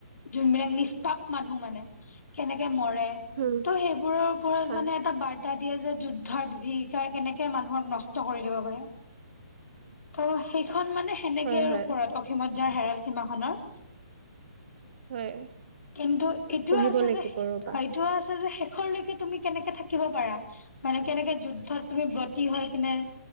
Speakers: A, on the left; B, on the right.
A: যোনবিলাক নিষ্পাপ মানুহ মানে কেনেকে মৰে
B: উম।
A: ত' সেইবোৰৰ ওপৰত
B: হয়,
A: মানে এটা বাৰ্তা দিয়ে যে যুদ্ধৰ বিভীষিকা কেনেকে মানুহক নষ্ট কৰি দিব পাৰে ত সেইখন মানে সেনেকেৰ
B: হয়, হয়।
A: ওপৰত অসীমত যাৰ হেৰাল সীমাখনৰ
B: হয়।
A: কিন্তু এইটোও
B: পঢ়িব
A: আছে
B: লাগিব
A: যে
B: ৰ'বা।
A: এইটোও আছে যে শেষৰলৈকে তুমি কেনেকে থাকিব পাৰা মানে কেনেকে যুদ্ধত তুমি ব্ৰতি হৈ পিনে